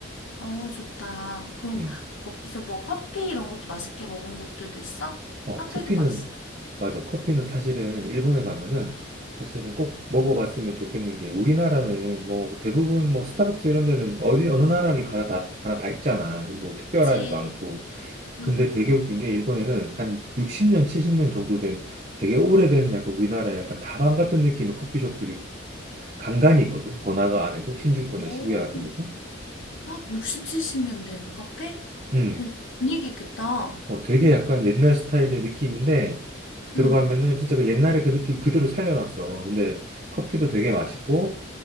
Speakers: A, on the left; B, on the right.
A: 어, 좋다. 그럼
B: 음.
A: 거기서 뭐 커피 이런 것도 맛있게 먹은 곳들도 있어?
B: 어,
A: 카페도
B: 커피는
A: 맛있어?
B: 맞아. 커피는 사실은 일본에 가면은 사실은 꼭 먹어봤으면 좋겠는 게 우리나라는 뭐 대부분 뭐 스타벅스 이런 데는 어디 어느 나라를 가나 다 가나 다 있잖아. 그리고 특별하지도
A: 그치.
B: 않고.
A: 응.
B: 근데 되게 웃긴 게 일본에는 한 60년, 70년 정도 된 되게 오래된 약간 우리나라의 약간 다방 같은 느낌의 커피숍들이 간간이 있거든. 번화가 안에도 신주쿠나
A: 오.
B: 시부야 같은 데도.
A: 헉, 60, 70년 된 카페?
B: 음.
A: 되게 분위기 있겠다.
B: 어 되게 약간 옛날 스타일의 느낌인데 들어가면은
A: 응.
B: 진짜 그 옛날의 그 느낌 그대로 살려놨어. 근데 커피도 되게 맛있고